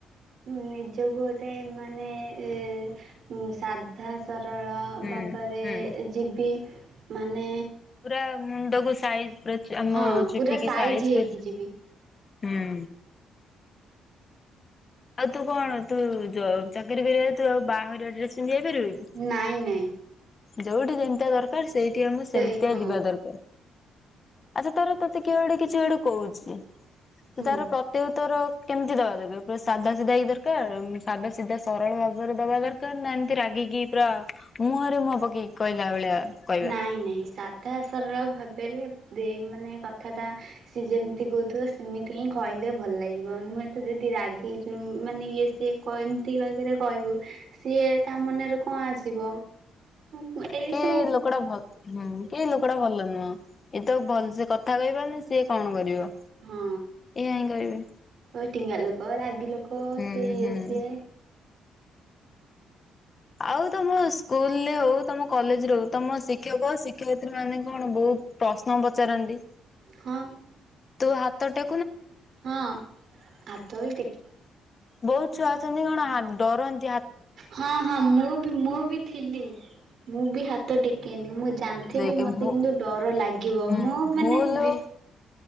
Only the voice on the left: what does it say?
ହୁଁ
ହୁଁ
ପୁରା ମୁଣ୍ଡକୁ ସାଇଜ ପୁରା ଚ ଆମ
ଚୁଟି
କିି ସାଇଜ
କରି।
ହୁଁ। ଆଉ ତୁ କଣ ତୁ ଜ ଚାକିରି କରିବା ତୁ ଆଉ ବାହାଘରିଆ ଡ୍ରେସ। ପିନ୍ଧି ଯାଇପାରିବୁ କି?
ଯୋଉଠି ଯେମତିଆ ଦରକାର ସ ସେଇଠି ଆମକୁ ସେମିତିଆ
ଯିବା ଦରକାର। ଆଚ୍ଛା ତୋର ତୋତେ କିଏ ଗୋଟେ କିଛି ଗୋଟେ କହୁଛି।
ତାର ପ୍ରତି ଉତ୍ତର। କେମତି ଦବା ଦରକାର ପୁରା ସାଧା ସିଧା ହେଇ ଦରକାର ସାଧା ସିଧା ସରଳ ଭାବରେ ଦବା ଦରକାର ନା ଏମିତି ରାଗିକି ପୁରା ମୁହ ମୁଁହ ପକେଇକି କ ହିଲା ଭଳିଆ କହିବା।
କେ ଲୋକଟା ଭଲ ହୁଁ କେ ଲୋକଟା ଭଲ ନୁହଁ। ଇଏ ତ ଭଲସେ କଥା କହିପାରୁନି ସିଏ କଣ କରିବ।
ଏଇଆ ହିଁ କହିବେ
ହୁଁ
ହୁଁ
ଆଉ ତମ ସ୍କୁଲରେ ହଉ ତମ କଲେଜରେ ହଉ ତମ ଶିକ୍ଷକ ଶିକ୍ଷୟିତ୍ରୀ ମାନେ କଣ ବହୁତ ପ୍ରଶ୍ନ ପଚାରନ୍ତି?
ତୁ ହାତ ଟେ
ବହୁତ ଛୁଆ ଅଛନ୍ତି କଣ ହା ଡରନ୍ତ
ଦେଖେ
ଭୁ
ହୁଁ
ଭୁଲ